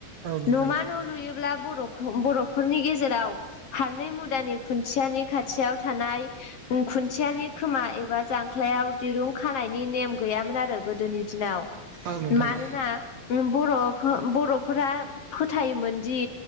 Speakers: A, on the right (about 60°); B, on the left (about 60°).
A: औ नोंथां
B: न'मा न' लुयोब्ला बर' बर'फोरनि गेजेराव फारनै मुदानि खुन्थियानि खाथियाव थानाय खुन्थियानि खोमा एबा जां ख्लायाव दिरुं खानायनि नेम गैयामोन आरो गोदोनि दिनाव।
A: औ नोंथां औ नोंथां
B: मानोना
A: औ
B: बर' बर'फोरा फोथायोमोन दि